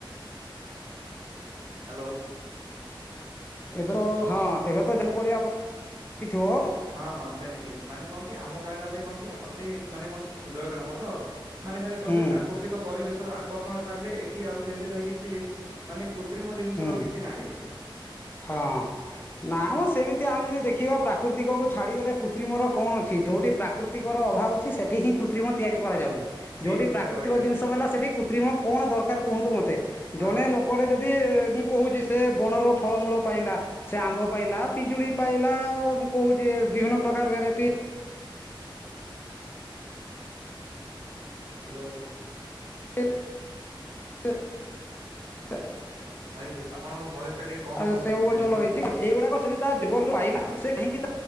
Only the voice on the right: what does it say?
ହ୍ୟାଲୋ
ହ୍ୟାଲୋ
ହଁ ହଁ ସେମିତି ମାନେ କଣ କି ଆମ ଗାଁ ଟା ଭାଇ କଣ କି ଅତି ମାନେ କହ କି କ୍ଷୁଦ୍ର ଗ୍ରାମ ତ ମାନେ ଖା କଣ
କି ପ୍ରାକୃତିକ ପରିବେଶର ଆକର୍ଷଣ ଛାଡିଲେ ଏଠି ଆଉ ଯେମିତି ଭାଇ କିଛି ମାନେ କୃତ୍ରିମ ଜିନିଷର
କିଛି ନାହିଁ ଏଠି।
ଠିକ
କଥା
କହିଲେ
ଭାଇ
ହଁ
ହ୍ୟାଲୋ
ଭାଇ ଆପଣଙ୍କ ଭୟସ ଟା ଟିକେ କମ
ଶୁଭୁଛି
ନେଟୱାର୍କ
ଇସୁ।
ହଁ